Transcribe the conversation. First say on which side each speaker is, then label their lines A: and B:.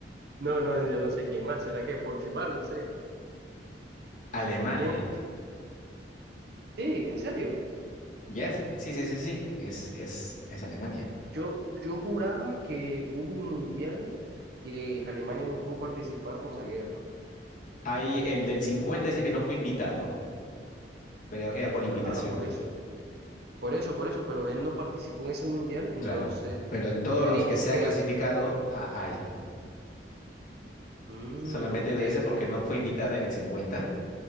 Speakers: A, on the right; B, on the left.
A: no, no, yo no sé quién más. ¿Será que Portugal? No sé.
B: Alemania.
A: ¿Quién? Sí, en serio.
B: Yes. Sí, sí, sí, sí. Es, es, es Alemania.
A: Yo, yo juraba que hubo un mundial que Alemania no pudo participar por la guerra.
B: Hay el del cincuenta dice que no fue invitado, pero era por invitación.
A: Ajá, por eso. Por eso, por eso, pero él no participó en ese mundial, entonces
B: Claro. Pero en todos
A: yo
B: los
A: dije,
B: que
A: ok,
B: se ha clasificado, ha, ha ido, ¿no?
A: mm,
B: Solamente
A: ok,
B: de ese
A: o sea,
B: porque no fue invitada en el 50